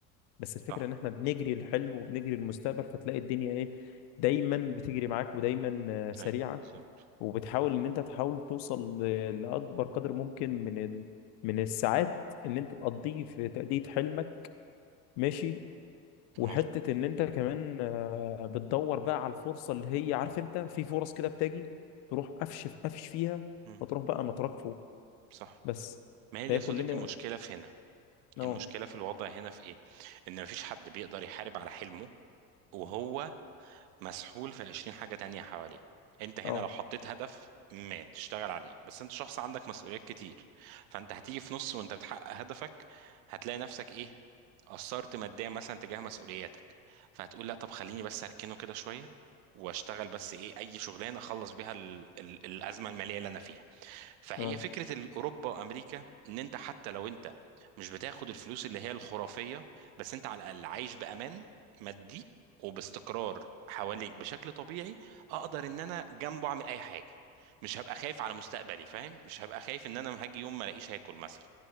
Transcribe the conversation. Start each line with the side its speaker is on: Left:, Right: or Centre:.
Left: بس الفكره
Right: صح
Left: ان احنا بنجري الحلم وبنجري المستقبل فتلاقي الدنيا ايه دايما بتجري معاك ودايما آه، سريعه
Right: اي بالظبط
Left: وبتحاول ان انت تحاول توصل ل- لاكبر قدر ممكن من ال... من الساعات ان انت تقضيه في تاديه حلمك ماشي وحتة
Right: مظبوط
Left: إن أنت كمان آه، بتدور بقى على الفرصة اللي هي عارف أنت في فرص كده بتجي تروح قفش في قفش فيها
Right: مم.
Left: فتروح بقى نطرق فوق
Right: صح
Left: بس
Right: ما هي دي
Left: فهي
Right: يا صديقي
Left: كلنا
Right: المشكلة في هنا
Left: أه
Right: المشكلة في الوضع هنا في ايه ان مفيش حد بيقدر يحارب على حلمه وهو مسحول في 20 حاجة تانية حواليه انت هنا
Left: أه
Right: لو حطيت هدف ما تشتغل عليه بس انت شخص عندك مسؤوليات كتير فانت هتيجي في نص وانت بتحقق هدفك هتلاقي نفسك ايه قصرت ماديا مثلا تجاه مسؤولياتك فهتقول لا طب خليني بس اركنه كده شوية واشتغل بس ايه اي شغلانة اخلص بيها ال ال الازمة المالية اللي انا فيها فهي
Left: أه
Right: فكرة الأوروبا وأمريكا إن أنت حتى لو أنت مش بتاخد الفلوس اللي هي الخرافية بس أنت على الأقل عايش بأمان مادي وباستقرار حواليك بشكل طبيعي أقدر إن أنا جنبه أعمل أي حاجة مش هبقى خايف على مستقبلي فاهم مش هبقى خايف إن أنا هاجي يوم ما ألاقيش هاكل مثلا